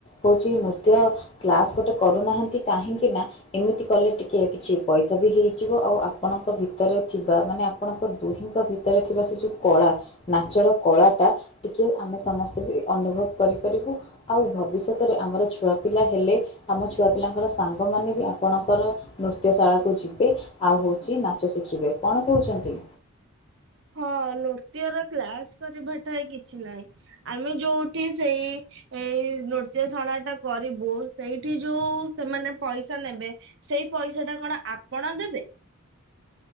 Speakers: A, on the left; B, on the right.
A: ହଉଛି ନୃତ୍ୟ କ୍ଲାସ ଗୋଟେ କରୁନାହାନ୍ତି, କାହିଁକି ନା ଏମିତି କଲେ ଟିକେ କିଛି ପଇସା ବି ହେଇଯିବ, ଆଉ ଆପଣଙ୍କ ଭିତରେ ଥିବା ମାନେ ଆପଣଙ୍କ ଦୁହିଁଙ୍କ ଭିତରେ ଥିବା ସେ ଯୋଉ କଳା, ନାଚର କଳାଟା ଟିକେ ଆମେ ସମସ୍ତେ ବି ଅନୁଭବ କରିପାରିବୁ। ଆଉ ଭବିଷ୍ୟତରେ ଆମର ଛୁଆ ପିଲା ହେଲେ ଆମ ଛୁଆ ପିଲାଙ୍କର ସାଙ୍ଗମାନେ ବି ଆପଣଙ୍କର ନୃତ୍ୟଶାଳାକୁ ଯିବେ। ଆଉ ହଉଛି ନାଚ ଶିଖିବେ, କଣ କହୁଚନ୍ତି?
B: ହଁ ନୃତ୍ୟର କ୍ଲାସ କରିବା ଠାଇ କିଛି ନାହିଁ। ଆମେ ଯୋଉଠି ସେଇ ଏଇ ନୃତ୍ୟଶାଳାଟା କରିବୁ, ସେଇଠି ଯୋଉ ସେମାନେ ପଇସା ନେବେ ସେଇ ପଇସାଟା କଣ ଆପଣ ଦେବେ?